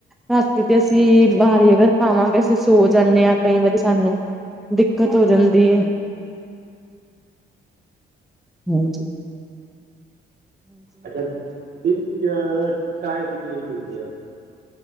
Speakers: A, in the centre; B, on the right.
A: ਰਾਤੀ ਤੇ ਅਸੀਂ ਬਾਹਰ ਅਗਰ ਖਾਵਾਂਗੇ। ਸੋ ਜਾਂਦੇ ਹਾਂ ਕਈ ਵਾਰੀ ਸਾਨੂੰ ਦਿੱਕਤ ਹੋ ਜਾਂਦੀ ਹੈ। ਹਾਂ ਜੀ।
B: ਅੱਛਾ ਦਿਨ ਚ ਚਾਹ ਕਿੰਨੀ ਵਾਰੀ ਪੀਂਦੇ ਆ?